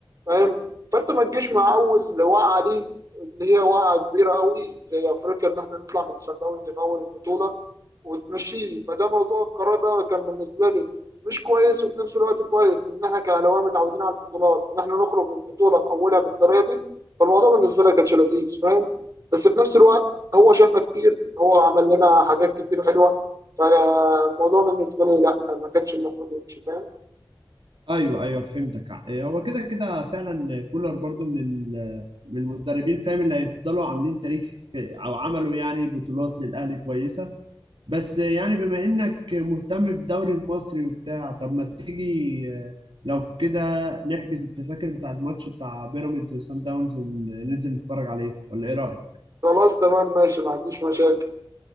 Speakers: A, on the right (about 40°); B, on the right (about 80°).
A: فاهم فانت ما تجيش مع اول وقعه ليه اللي هي وقعه كبيره قوي زي افريقيا ان احنا نطلع من صن داونز في اول البطوله وتمشيه فده موضوع القرار ده كان بالنسبه لي مش كويس وفي نفس الوقت كويس ان احنا كاهلاويه متعودين على البطولات ان احنا نخرج من بطوله في اولها بالطريقه دي فالموضوع بالنسبه لي كانش لذيذ فاهم بس في نفس الوقت هو شالنا كتير هو عمل لنا حاجات كتير حلوه فالموضوع بالنسبه لي لا ما كانش المفروض يمشي فاهم
B: ايوه ايوه فهمتك إيه، هو كده كده فعلا كولر برضو من ال- من المدربين فاهم اللي هيفضلوا عاملين تاريخ او عملوا يعني بطولات للاهلي كويسه بس يعني بما انك مهتم بالدوري المصري وبتاع طب ما تيجي آه، لو كده نحجز التذاكر بتاع الماتش بتاع بيراميدز وسان داونز وننزل نتفرج عليه ولا ايه رايك
A: خلاص تمام ماشي ما عنديش مشاكل